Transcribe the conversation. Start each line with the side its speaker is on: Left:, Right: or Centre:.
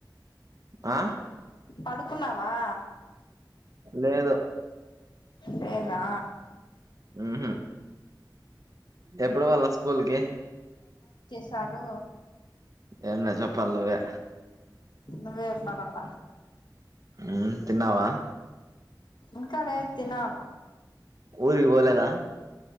Right: ఆ
Left: పడుకున్నావా
Right: లేదు
Left: లేదా
Right: మ్ హు ఎప్పుడు పోళ్ళ స్కూల్కి
Left: చదువు
Right: ఎం లే చెప్పాలే నువ్వే
Left: నువ్వే చెప్పులబ్బ
Right: మ్ తిన్నావా
Left: ఇంకా లెద్ తినాల
Right: ఊరికి పోలేదా